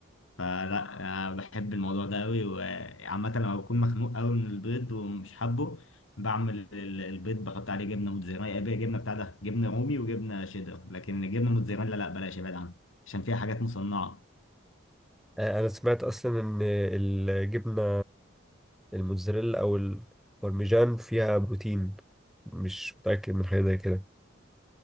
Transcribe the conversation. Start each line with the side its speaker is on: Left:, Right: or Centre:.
Left: فلا أنا بحب الموضوع ده قوي وعامة لما بكون مخنوق قوي من البيض ومش حابه بعمل ال- البيض بحط عليه جبنة موتزاريلا بقى جبنة بتاع ده جبنة رومي وجبنة شيدر لكن الجبنة موتزاريلا لا بلاش ابعد عنها عشان فيها حاجات مصنعة
Centre: آه، انا سمعت اصلا ان الجبنة الموتزاريلا او البارميجان فيها بروتين مش متأكد من حاجة زي كده